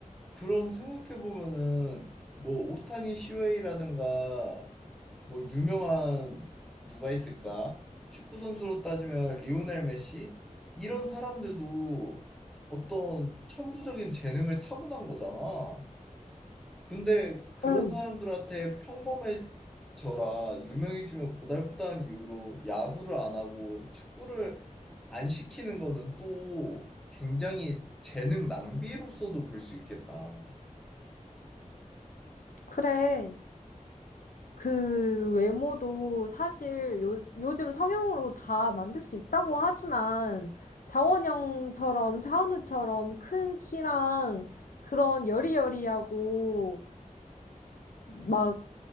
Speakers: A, in the centre; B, on the left (about 80°).
A: 그럼 생각해 보면은 뭐 오타니 시웨이라든가 뭐 유명한 누가 있을까? 축구 선수로 따지면 리오넬 메시 이런 사람들도 어떤 천부적인 재능을 타고난 거잖아. 근데 그런
B: 응,
A: 사람들한테 평범해져라, 유명해지면 고달프다는 이유로 야구를 안 하고 축구를 안 시키는 거는 또 굉장히 재능 낭비로서도 볼 수 있겠다.
B: 그래. 그 외모도 사실 요, 요즘 성형으로 다 만들 수 있다고 하지만 장원영처럼 차은우처럼 큰 키랑 그런 여리여리하고 막